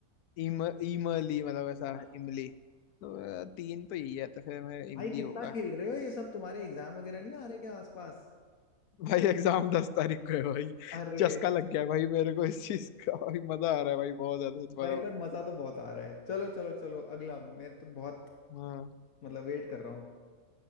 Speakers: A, on the left; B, on the left.
A: इम इमली मतलब ऐसा
B: हाँ।
A: इमली तो अ, तीन तो यही है तो फिर मैं इमली
B: भाई कितना
A: होगा
B: खेल रहे हो ये सब तुम्हारे एग्जाम वगैरह नहीं आ रहे क्या आसपास
A: भाई एग्जाम दस तारीख को है भाई
B: अरे
A: चस्का लग गया है भाई मेरे को इस चीज का भाई मजा आ रहा है भाई बहुत ज्यादा सच बता
B: भाई
A: रहा हूँ।
B: पर मजा तो बहुत आ रहा है चलो चलो चलो अगला मेरे तो बहुत
A: हाँ
B: मतलब वेट कर रहा हूँ